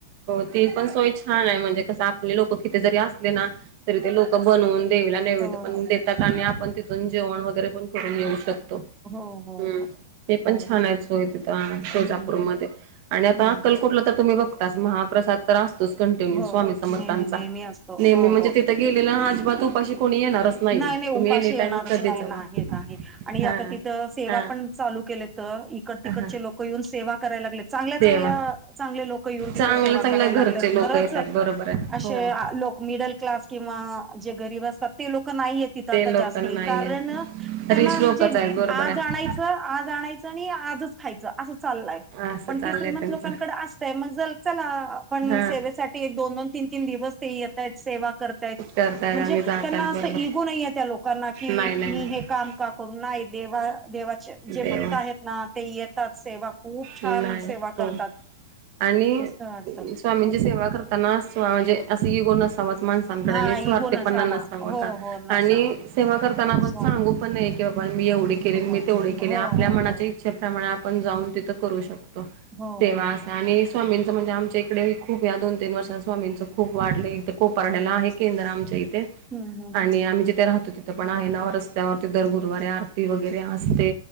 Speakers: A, on the right (about 45°); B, on the right (about 15°).
A: हो ती पण सोय हा ना म्हणजे कसं आपले लोकं किती जरी असली ना, तरी ते लोक बनवून देवीला नैवेद्य
B: हो
A: पण
B: हो.
A: देतात
B: पूजा
A: आणि आपण तिथून जेवण वगैरे पण करून येऊ शकतो.
B: हो हो
A: हम्म
B: हो.
A: ते पण
B: हो
A: छान आहे सोयी तिथं तुळजापूरमध्ये.
B: हम्म
A: आणि आता
B: हो.
A: अक्कलकोटला तर तुम्ही बघ महाप्रसाद तर असतोच कंटिन्यू
B: हो
A: स्वामी समर्थांचा.
B: नेहमी नेहमी असतो
A: नेहमी
B: हो
A: म्हणजे
B: हो.
A: तिथं गेलेला अजिबात उपाशी कोणी येणारच नाहीये
B: नाही नाही
A: तुम्ही
B: उपाशी
A: एनी
B: येणारच
A: टाइम कधी
B: नाही
A: जावा
B: नाही नाही आणि
A: हा
B: आता तिथं सेवा
A: हा
B: पण चालू केल्यात. इकडं तिकडचे
A: हा
B: लोक येऊन सेवा कराय लागलेत. चांगल्या
A: तेव्हा
B: चांगल्या चांगले लोक येऊन तिथं
A: चांगलं
B: सेवा
A: चांगल्या
B: करायला
A: घरचे
B: लागल्यात
A: लोक
B: खरंच
A: येतात बरोबर आहे
B: असे
A: हो
B: लोक मिडल क्लास किंवा जे गरीब असतात ते लोक नाही येत. तिथं
A: ते
B: आता
A: लोक
B: जास्ती
A: नाही
B: आहे, ‌ कारण
A: आहेत
B: त्यांना
A: रिच
B: म्हणजे
A: लोकच आहेत बरोबर
B: आज
A: आहे
B: आणायचं ज आज आणायच आणि आजच खायचं असं चाललंय
A: असं
B: पण
A: चाललंय
B: ति श्रीमंत
A: त्यांचं
B: लोकांकडे अस तर मग चला आपण
A: हा
B: सेवेसाठी एक दोन दोन तीन तीन दिवस ते येतायत सेवा करत्यात
A: करतायत
B: म्हणजे
A: आणि जातात
B: त्यांना असं
A: बरोबर
B: इगो नाही त्या लोकांना की
A: नाही नाही
B: मी
A: नाही
B: हे काम का करु नाही देवा देवा जे
A: देवा
B: भक्त आहेत ना ते येतात सेवा खूप छान
A: नाही
B: सेवा करतात
A: हो आणि
B: मस्त वाटतं
A: स्वामींची
B: बोला
A: सेवा करत त्यांना असं म्हणजे असं इगो नसावाच माणसा
B: हा
A: <unintelligible> स्वार्थीपणा
B: इगो नसावा
A: नसां बगा
B: हो हो नसावा
A: आणि सेवा करताना
B: निस्वार्थ
A: आपण सांगू पण नाही कि मी एवढे केले
B: हो
A: न मी तेवढे केले
B: हो
A: आपल्या
B: हो
A: मनाचे
B: हो
A: इच्छेप्रमाणे आपण जाऊन तिथं करू शकतो.
B: हो
A: सेवा
B: हो
A: असं
B: हो
A: आणि स्वामींचं म्हणजे आमच्या इकडे खूप या दोन तीन वर्षात स्वामींचं खूप वाढलंय कोपरड्याला आहे. केंद्र आमच्या इथे
B: हम्म हम्म
A: आणि
B: हम्म
A: आम्ही जिथे राहतो ति तिथं पण आहे ना रस्त्यावरती दर गुरुवारी आरती वगैरे असते.